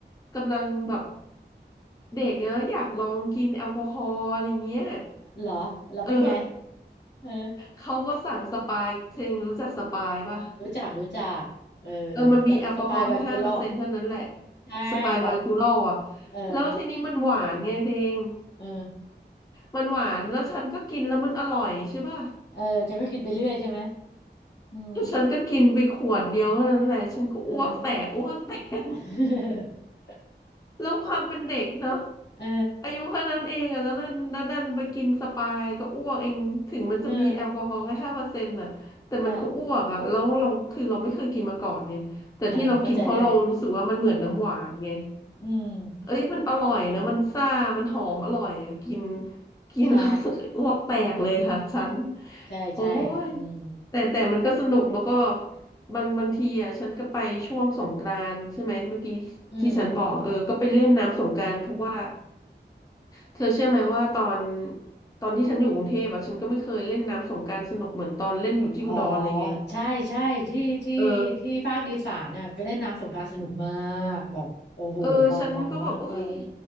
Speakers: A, on the left; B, on the left.
A: กำลังแบบเด็กนะอยากลองกินแอลกอฮอล์อะไรเงี้ย
B: เหรอแล้วเป็นไง
A: เออ
B: เออ
A: เขาก็สั่งสปายเชงรู้จักสปายป่ะ
B: รู้จักรู้จักเออ
A: เออมันมีแอลกอฮอล์ให้ห้าเปอร์เซ็นต์เท่านั้นแหละ
B: สสปายไวโคลอใช่แต่
A: สปายไวน์คูลอลอ่ะ
B: เออ
A: แล้วทีนี้มันหวานไงเดง
B: เออ
A: มันหวานแล้วฉันก็กินแล้วมันอร่อยใช่ป่ะ
B: เออฉันก็กินไปเรื่อยใช่ไหมอืม
A: แล้วฉันก็กินไปขวดเดียวเท่านั้นแหละฉันก็อ้วกแตกอ้วกแตก
B: เออ <laughs>
A: แล้วความเป็นเด็กเนาะ
B: เออ
A: อายุแค่นั้นเองอะแล้วดันแล้วดันไปกินสปายก็อ้วกเองถึงมันจะมีแอลกอฮอล์แค่ห้าเปอร์เซ็นต์อะแต่มันก็อ้วกอะแล้วเราคือเราไม่เคยกินมาก่อนไงแต่ที่เรากินเพราะเรารู้สึกว่ามันเหมือนน้ำหวานไง
B: เออใช่ อ่าเข้าใจได้อืม
A: เอ้ยมันอร่อยนะมันซ่ามันหอมอร่อยอะกินกินแล้ว
B: ใช่
A: <laughs> อ้วกแตกเลยค่ะฉัน
B: ใช่ใช่อืม
A: โอ้ยแต่แต่มันก็สนุกแล้วก็บางบางทีอ่ะฉันก็ไปช่วงสงกรานต์ใช่ไหมเมื่อกี้ที่ฉันบอกเออก็ไปเล่นน้ำสงกรานต์เพราะว่า
B: อืม
A: เธอเชื่อไหมว่าตอนตอนที่ฉันอยู่กรุงเทพอ่ะฉันก็ไม่เคยเล่นน้ำสงกรานต์สนุกเหมือนตอนเล่นอยู่ที่อุดรเลยไง
B: อ๋อใช่ใช่ที่ที่ที่ภาคอีสานน่ะก็เล่นน้ำสงกรานต์สนุกมากแบบโอ้โหเมามันมากก็เออ
A: เออ เออฉันก็แบบโอ้ย